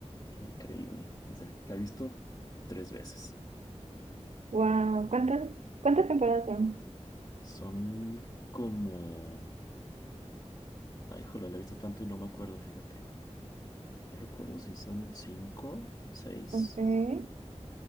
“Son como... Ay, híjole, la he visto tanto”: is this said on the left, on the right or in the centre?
Left